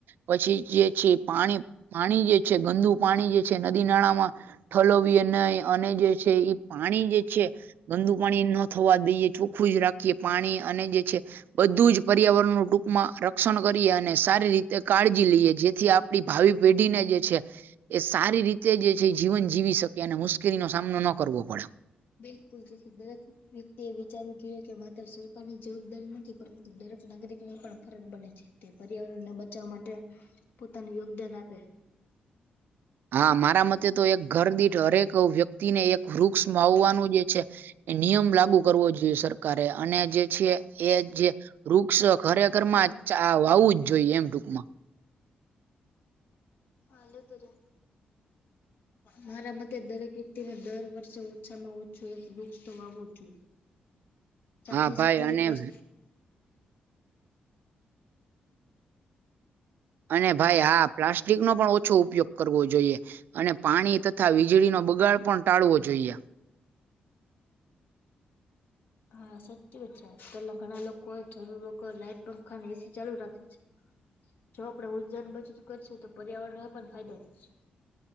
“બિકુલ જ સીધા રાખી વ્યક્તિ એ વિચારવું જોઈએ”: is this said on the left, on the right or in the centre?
Left